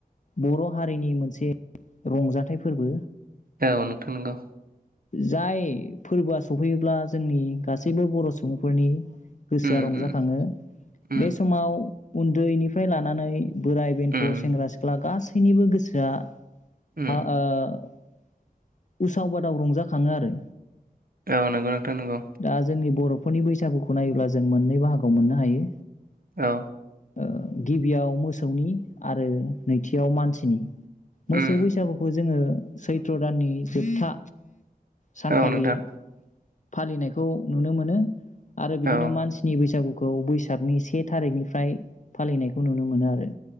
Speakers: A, on the left (about 50°); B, on the right (about 70°).
A: बर' हारिनि मोनसे रंजाथाइ फोरबो।
B: औ नोंथां नंगौ
A: जाय फोरबोआ सफैयोब्ला जोंनि गासैबो बर' सुबुंफोरनि गोसोआ
B: उम
A: रंजाखाङो
B: उम उम
A: बे समाव उन्दैनिफ्राय लानानै बोराइ बेन्थ'
B: उम
A: सेंग्रा सिख्ला गासै गासैनिबो गोसोआ
B: उम
A: आ आ <unintelligible> उसाव बादाव रंजाखाङो आरो।
B: औ नंगौ नोंथां नंगौ।
A: दा जोंनि बर'फोरनि बैसागुखौ नायोब्ला जों मोननै बाहागोआव मोननो हायो।
B: औ।
A: ओ गिबियाव मोसौनि आरो नैथियाव मानसिनि। मोसौ
B: उम
A: बैसागुखौ जोङो सैथ्र दाननि जोबथा सानखालि
B: औ नोंथां
A: फालिनायखौ नुनो मोनो। आरो बिदिनो
B: औ
A: मानसिनि बैसागु खौ बैसागनि से थारिखनिफ्राय फालिनायखौ नुनो मोनो आरो।